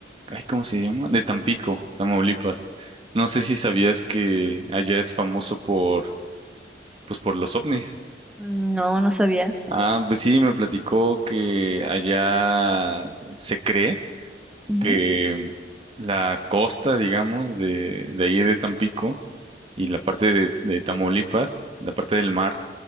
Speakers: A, on the right (about 30°); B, in the centre.
A: ay, ¿cómo se llama? De Tampico, Tamaulipas. No sé si sabías que allá es famoso por, pues por los ovnis.
B: No, no sabía.
A: Ah, pues sí, me platicó que allá se cree
B: Ujú.
A: que la costa, digamos, de, de ahí de Tampico y la parte de, de Tamaulipas, la parte del mar,